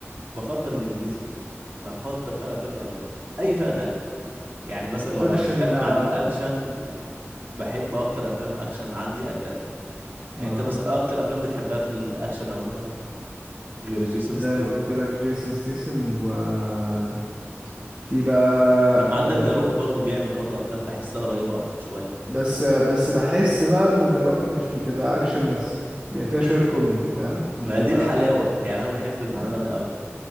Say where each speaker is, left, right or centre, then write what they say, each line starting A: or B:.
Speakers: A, on the right; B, on the right.
A: بفضل الانجليزي فيها بفضل فيها الافلام الاجنبي اي فئه تانية يعني مثلا لو
B: اكشن
A: هنتكلم
B: بقى
A: عن الاكشن
B: و...
A: بحب اكتر افلام اكشن عندي اجنبي يعني
B: اه
A: انت مثلا إيه اكتر افلام بتحبها في الاكشن عموما غير جيسون
B: زي
A: ستاثام
B: ما قلت لك جيسون ستيسن وفي بقى
A: طب ما عندك
B: آه،
A: ذا روك برضه بيعمل برضه افلام بحسها قريبه أك- شويه
B: بس بس بحس بقى ان ذا روك مش بتبقى اكشن بس بيبقى فيها شوية كوميدي فاهم
A: م-
B: مش
A: ما
B: بتبقى
A: دي الحلاوه يعني انا بحب الموضوع
B: اه
A: ده قوي